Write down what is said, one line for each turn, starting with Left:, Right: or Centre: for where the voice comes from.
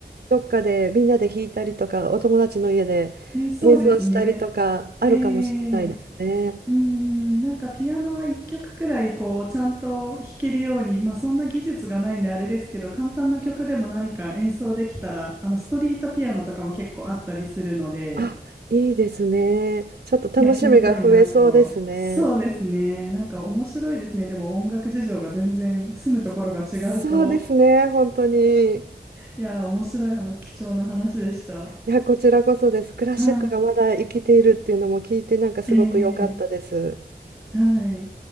Right: どっかでみんなで弾いたりとか、お友達の家で演奏したりとかあるかもしれないですね。
Centre: ね、そうですね。えー、うーん、なんかピアノは一曲くくらいこう、ちゃんと弾けるように、まあそんな技術がないんであれですけど、簡単な曲でも何か演奏できたら、あの、ストリートピアノとかも結構あったりするので、
Right: あ、いいですね。ちょっと楽しみが増えそうですね。
Centre: やってみたいなと。そうですね。なんか面白いですね。でも音楽事情が全然住むところが違うと
Right: そそうですね、本当に。
Centre: いや、面白い話、貴重な話でした。
Right: いや、こちらこそです。クラシックがまだ生きているっていうのも聞いて、
Centre: は
Right: なんかすごく良かったです。
Centre: い。えー、はい。